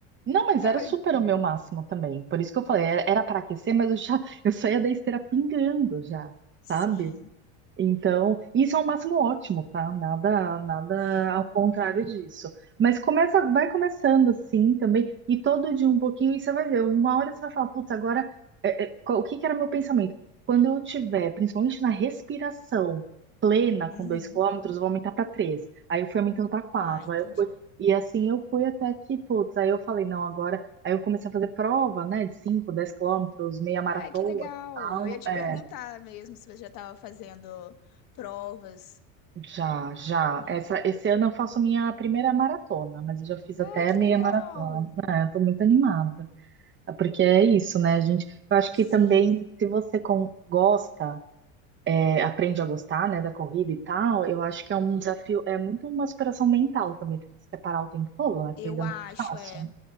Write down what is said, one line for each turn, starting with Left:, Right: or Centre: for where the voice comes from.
Right: Não, mas
Left: é,
Right: era
Left: mas-
Right: super o meu máximo também. Por isso que eu falei, era para aquecer, mas eu já, <laughs> eu saía da esteira pingando já,
Left: sim,
Right: sabe? Então, isso é o máximo ótimo, tá? Nada, nada
Left: é,
Right: ao contrário disso. Mas começa, vai começando assim também, e todo dia um pouquinho, e você vai ver. Uma hora você vai falar, putz, agora, é, é, qual- o que que era meu pensamento? Quando eu tiver, principalmente na respiração plena com
Left: uhum.
Right: dois quilômetros, eu vou aumentar para três. Aí eu fui aumentando para quatro,
Left: Ah, entendi.
Right: aí eu fui. E assim eu fui até que, putz, aí eu falei, não, agora. Aí eu comecei a fazer prova, né, de cinco, dez quilômetros, meia maratona
Left: Ai, que legal.
Right: e tal.
Left: Eu ia te
Right: é.
Left: perguntar mesmo se você já estava fazendo provas,
Right: Já, já.
Left: corrida.
Right: Essa, esse ano eu faço minha primeira maratona, mas eu já fiz
Left: Ai,
Right: até
Left: que
Right: meia
Left: legal.
Right: maratona. É, eu tô muito animada. É Porque é isso, né, gente? Eu acho que
Left: Sim,
Right: também, se você com- gosta, é, aprende a gostar, né, da corrida e tal, eu acho que é um desafio, é muito uma superação mental também, porque você parar o tempo todo, né? Corrida
Left: eu acho,
Right: não é fácil.
Left: é.